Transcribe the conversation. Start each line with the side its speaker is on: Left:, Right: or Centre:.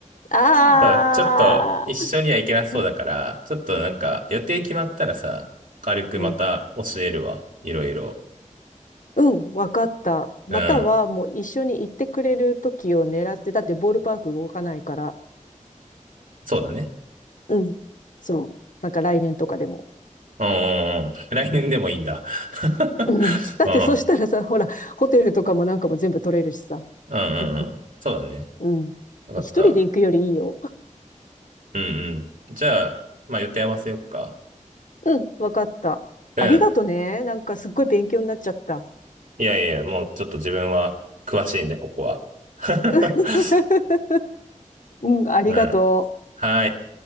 Left: ああ、
Right: <laughs> うんちょっと、一緒には行けなそうだから、
Left: <laughs>
Right: ちょっとなんか、予定決まったらさ、軽くまた教えるわ。
Left: うん。
Right: いろいろ。
Left: うん、わかった。または、
Right: うん。
Left: もう一緒に行ってくれる時を狙って、だってボールパーク動かないから。
Right: そうだね。
Left: うん。そう。なんか来年とかでも。
Right: うんうんうん。来年でもいいんだ。<laughs>
Left: うん。だってそしたらさ、
Right: うん。
Left: ほら、ホテルとかもなんかも全部取れるしさ。
Right: うんうんうん。
Left: <laughs>
Right: そうだね。
Left: うん。
Right: わかった。
Left: 一人で行くよりいいよ。
Right: うんうん。じゃあ、まあ予定合わせよっか。
Left: うん、わかった。
Right: うん。
Left: ありがとね。なんかすっごい勉強になっちゃった。
Right: いやいや、もうちょっと自分は詳しいんで、ここは。<laughs>
Left: <laughs> うん、ありがとう。
Right: うん。はい。